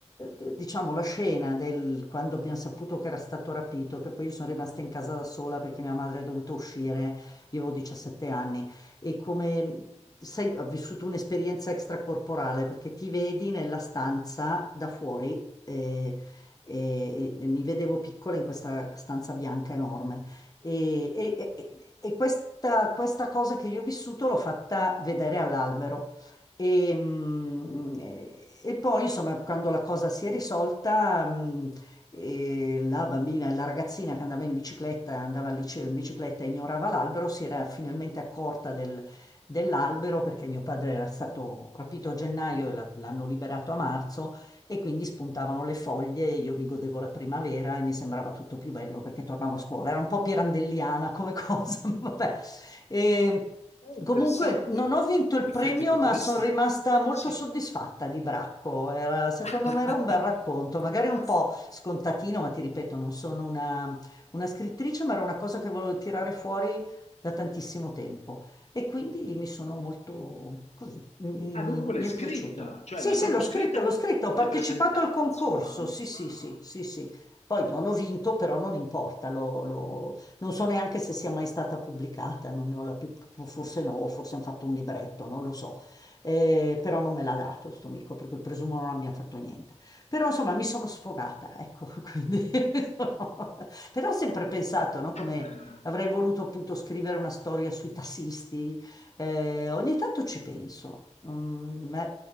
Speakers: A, on the left; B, on the left.
A: il- diciamo, la scena del quando abbiamo saputo che era stato rapito, che poi io sono rimasta in casa da sola perché mia madre è dovuta uscire, io avevo 17 anni, e come sai, ho vissuto un'esperienza extracorporale perché ti vedi nella stanza da fuori. eh, E, e e mi vedevo piccola in questa stanza bianca enorme. E, e- e- e questa, questa cosa che io ho vissuto l'ho fatta vedere all'albero. E, mm, e- e poi, insomma, quando la cosa si è risolta, mm, e la bambina, la ragazzina che andava in bicicletta, andava al liceo in bicicletta e ignorava l'albero, si era finalmente accorta del- dell'albero perché mio padre era stato rapito a gennaio e la- l'hanno liberato a marzo e quindi spuntavano le foglie e io mi godevo la primavera e mi sembrava tutto più bello perché tornavo a scuola. Era un po' pirandelliana come cosa, <laughs> ma vabbè. E
B: Eh, interessante.
A: comunque non ho vinto il
B: In effetti
A: premio,
B: potresti...
A: ma sono rimasta molto
B: Sì.
A: soddisfatta di Bracco. Era- secondo
B: <laughs>
A: me era un bel racconto, magari
B: Fantastico.
A: un po' scontatino, ma ti ripeto, non sono una una scrittrice, ma era una cosa che volevo tirare fuori da tantissimo tempo. E quindi mi sono molto così, mi,
B: Ah,
A: mi-
B: dunque l'hai
A: mi è
B: scritta,
A: piaciuto.
B: cioè
A: Sì,
B: l'hai
A: sì,
B: proprio
A: l'ho
B: scritta
A: scritto,
B: e
A: l'ho scritto, ho partecipato
B: l'hai presentata,
A: al concorso,
B: insomma.
A: sì, sì,
B: Ah,
A: sì, sì, sì. Poi non ho vinto, però non importa, l'ho- l'ho- non so neanche se sia mai stata pubblicata, non ne ho la più, forse no, forse hanno fatto un libretto, non lo so. Eh, però non me l'ha dato sto amico, per cui presumo non abbiamo fatto niente. Però insomma mi sono sfogata, ecco, <laughs> quindi... <laughs> Però ho sempre pensato, no, come
B: ok.
A: Avrei
B: <laughs>
A: voluto appunto scrivere una storia sui tassisti. eh, ogni tanto ci penso, mm, ma